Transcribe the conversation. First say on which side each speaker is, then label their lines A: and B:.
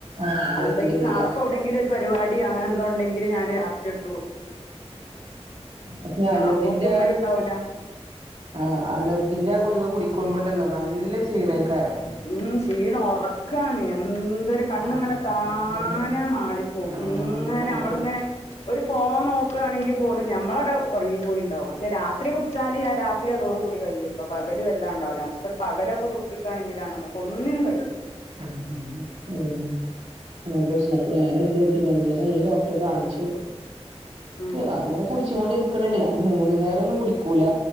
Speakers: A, on the right; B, on the left.
A: ആഹ് അലർജിന്റെ
B: അതുണ്ടെങ്കി
A: ഗുളിക
B: നാളെപ്പോവെടെങ്കിലും ഒര് പരിവാടി അടി അങ്ങനെ എന്തൊണ്ടങ്കില് ഞാന് രാത്രിയെടത്ത് കൊടു
A: അപ്പൊ അലർജീന്റ
B: അപ്പോ തുമ്മലുണ്ടാവൂല
A: ആഹ് അലർജിന്റെ ആഹ് കുളിക കുടിക്കുമ്പുണ്ടല്ലോ നല്ല ക്ഷീണയ്ക്കാരം
B: ഉം ക്ഷീണം ഒറക്കാണ് എന്തൊര് കണ്ണ്ങ്ങനെ
A: ആഹ്
B: താനെ
A: അതെന്നെ പറഞ്ഞെ
B: മാളിപ്പോ
A: ആഹ്
B: ഇങ്ങനെ
A: അതാണ്
B: നമ്മള്ങ്ങനെ ഒരു ഫോൺ നോക്കുവാണെങ്കിൽ പോലും നമ്മളവിടെ ഉറങ്ങിപ്പോയിണ്ടാവും പക്ഷെ രാത്രി കുടിച്ചാൽ ആഹ് രാ ത്രിയതോടു കൂടി കയിട്ടോ പകല് വല്ലാ ഉണ്ടാവില്ല നമക്ക്ഒരു പകലൊക്കെ കുടിച്ചിക്കണെങ്കിലാണ് നമുക്ക് ഒന്നിനും വയ്യ
A: <unintelligible> പ്രശ്നത്തി ഞാന് എന്തറ്റീന്നോ ഇന്നലെ ഈ ഡോക്ടറെ കാണിച്ചു
B: ഉം
A: അങ്ങനെ കുടിച്ചോണ്ടിരി ക്ക്ണണ്ട് ഞാന് മൂന്ന് നേരം ഒന്നും കുടിക്കൂല